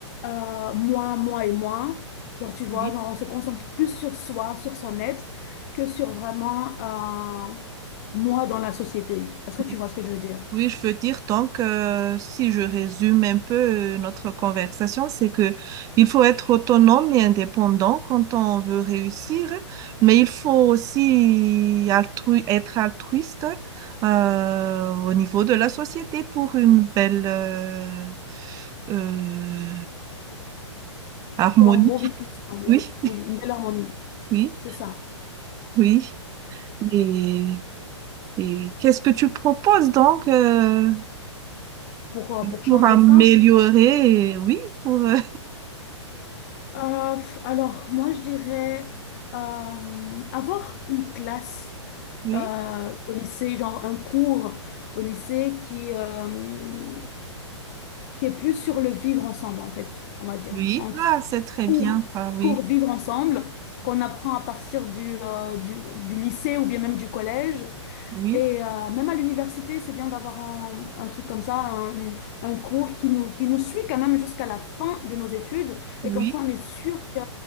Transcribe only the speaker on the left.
euh, moi, moi et moi. Genre, tu vois,
genre, on se concentre plus sur soi, sur son être, que sur vraiment, euh, moi dans la société. Est-ce que tu
vois ce que je veux dire?
Pour un beau vivre ensemble.
Oui, une belle harmonie.
C'est ça.
Pour, euh, pour
changer
ça.
Euh, pff, alors, moi, je dirais euh, avoir une classe
euh, au lycée, genre un cours au lycée qui, euh, qui est plus sur le vivre ensemble, en fait, on va dire.
Donc,
cours,
cours vivre ensemble, qu'on apprend à partir du, euh, du, du lycée ou bien même du collège.
Et euh, même à l'université, c'est bien d'avoir un, un truc comme ça, un, une- un cours qui nous, qui nous suit quand même jusqu'à la fin de nos études.
Et comme ça, on est sûr que